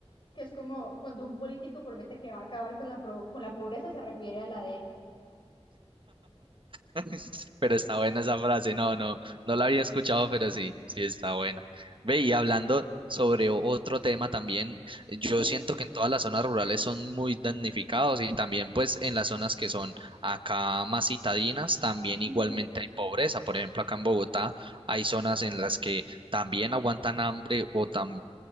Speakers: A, on the left; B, on the right.
A: que es como cuando un político promete que va a acabar con la, pro- con la pobreza, se refiere a la de él.
B: <laughs> Pero está buena esa frase, no, no, no la había escuchado, pero sí, sí está buena. Ve, y hablando sobre o- otro tema también, yo
A: Ujú,
B: siento que en todas las zonas rurales son muy damnificados y también pues en las zonas que son acá más citadinas, también
A: ujú,
B: igualmente hay pobreza. Por ejemplo, acá en Bogotá hay zonas en las que también aguantan hambre o también